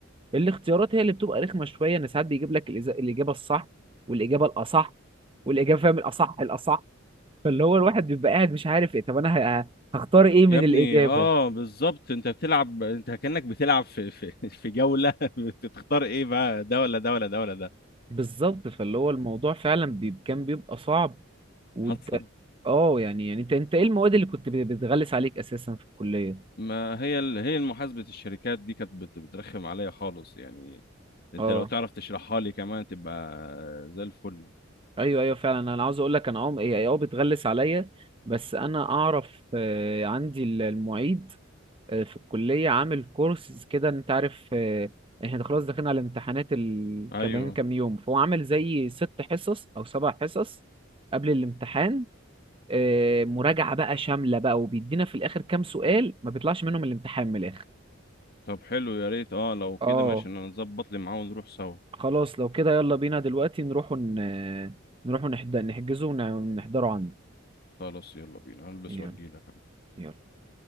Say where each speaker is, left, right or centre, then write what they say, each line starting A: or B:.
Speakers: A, on the right; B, on the left.
A: الاختيارات هي اللي بتبقى رخمة شوية إن ساعات بيجيب لك الإز- الإجابة الصح والإجابة الأصح والإجابة فاهم الأصح الأصح فاللي هو الواحد بيبقى قاعد مش عارف إيه طب أنا ه- هختار إيه من
B: يا ابني
A: الإجابة
B: اه بالظبط انت بتلعب انت كأنك بتلعب في في, في جولة <laughs> بتختار ايه بقى ده ولا ده ولا ده ولا ده
A: بالظبط فاللي هو الموضوع فعلا بي... كان بيبقى صعب وانت
B: حصل
A: اه يعني يعني انت انت ايه المواد اللي كنت بت- بتغلس عليك اساسا في الكليه
B: ما هي ال... هي محاسبة الشركات دي كانت بت... بترخم عليا خالص يعني انت
A: اه
B: لو تعرف تشرحها لي كمان تبقى زي الفل
A: ايوه ايوه فعلا انا عاوز اقول لك انا اه هي اه بتغلس عليا بس انا اعرف آه، عندي ال- المعيد آه، في الكليه عامل كورس كده انت عارف آه، احنا خلاص داخلين على الامتحانات ال...
B: ايوه
A: كمان كام يوم فهو عامل زي ست حصص او سبع حصص قبل الامتحان آه، مراجعة بقى شاملة بقى وبيدينا في الآخر كام سؤال ما بيطلعش منهم الامتحان من الآخر
B: طب حلو يا ريت اه لو كده
A: اه
B: ماشي انا نظبط لي معاه ونروح سوا
A: خلاص لو كده يلا بينا دلوقتي نروحوا ن... نروحوا نحد... نحجزه ونحضره عندك
B: خلاص يلا بينا هلبس
A: يلا
B: واجيلك انا
A: يلا